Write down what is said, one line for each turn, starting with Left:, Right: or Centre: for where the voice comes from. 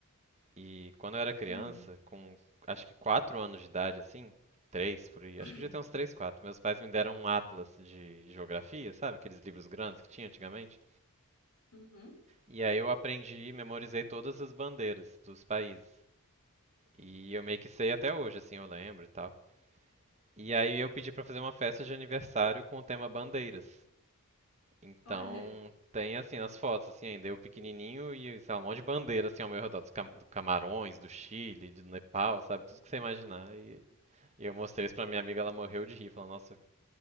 Right: E quando eu era criança,
Left: hum,
Right: com acho que 4 anos de idade, assim, 3, por aí,
Left: <clears throat>
Right: acho que já tem uns 3, 4. meus pais me deram um atlas de geografia, sabe? Aqueles livros grandes que tinha antigamente.
Left: uhum.
Right: E aí eu aprendi, e memorizei todas as bandeiras dos países. E eu meio que sei até hoje, assim, eu lembro e tal. E aí eu pedi pra fazer uma festa de aniversário com o tema bandeiras. Então,
Left: Olha,
Right: tem assim as fotos assim ainda, eu pequenininho e sei lá, um monte de bandeira assim ao meu redor, dos Cam- do Camarões, do Chile, do Nepal, sabe? Tudo que você imaginar. E, e eu mostrei isso pra minha amiga, ela morreu de rir, falando, nossa,